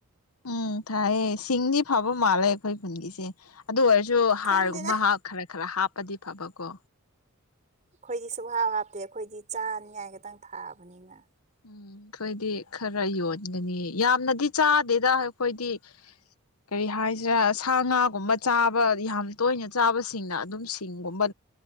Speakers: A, on the left; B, on the right.
A: ꯎꯝ ꯊꯥꯏꯌꯦ ꯁꯤꯡꯗꯤ ꯐꯕ ꯃꯥꯜꯂꯦ ꯑꯩꯈꯣꯏ ꯈꯨꯟꯒꯤꯁꯦ ꯑꯗꯨ ꯑꯣꯏꯔꯁꯨ ꯍꯥꯔꯒꯨꯝꯕ
B: ꯈꯪꯗꯦꯗ
A: ꯍꯥ ꯈꯔ ꯈꯔ ꯍꯥꯞꯄꯗꯤ ꯐꯕꯀꯣ
B: ꯑꯩꯈꯣꯏꯗꯤ ꯁꯨ ꯍꯥꯞ ꯍꯥꯞꯇꯦ ꯑꯩꯈꯣꯏꯗꯤ ꯆꯥꯅꯤꯉꯥꯏ ꯈꯇꯪ ꯊꯥꯕꯅꯤꯅ
A: ꯎꯝ ꯑꯩꯈꯣꯏꯗꯤ ꯈꯔ ꯌꯣꯟꯒꯅꯤ ꯌꯥꯝꯅꯗꯤ ꯆꯥꯗꯦꯗ ꯑꯩꯈꯣꯏꯗꯤ ꯀꯔꯤ ꯍꯥꯏꯁꯤꯔꯥ ꯁꯥ ꯉꯥꯒꯨꯝꯕ ꯆꯥꯕ ꯌꯥꯝ ꯇꯣꯏꯅ ꯆꯥꯕꯁꯤꯡꯅ ꯑꯗꯨꯝ ꯁꯤꯡꯒꯨꯝꯕ